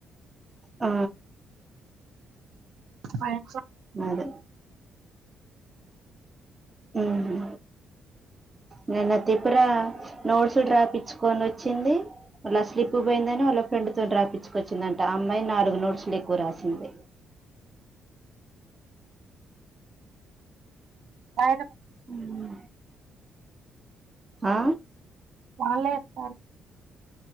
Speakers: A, on the right; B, on the right.
A: ఆ
B: హాయక్క
A: అదే ఉమ్ నేనై దిపురా నోట్స్ డ్రాప్చ్చుకొని ఒచ్చింది వాళ్ళ స్లిప్ పోయిందని వాళ్ళ ఫ్రెండ్ తో డ్రాపచ్చుకొచ్చిందంట ఆ అమ్మాయి నాలుగు నోట్స్లు ఎక్కువ రాసింది
B: ఆయ
A: ఉమ్ ఆ
B: వాళ్ళే ఎస్తారు